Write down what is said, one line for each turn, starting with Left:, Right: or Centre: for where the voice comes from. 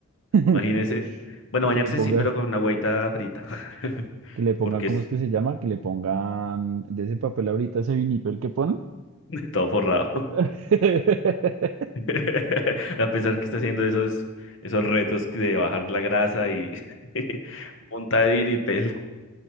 Right: <laughs>
Left: Imagínese, bueno, bañarse
Right: Que le ponga,
Left: sí, pero con una agüita frita, <laughs>
Right: que le ponga,
Left: porque
Right: ¿cómo
Left: es
Right: es que se llama? Que le pongan de ese papel ahorita ese vinipel que ponen.
Left: todo forrado.
Right: <laughs>
Left: <laughs> A pesar que está haciendo esos, esos retos de bajar la grasa y <laughs> punta de vinipel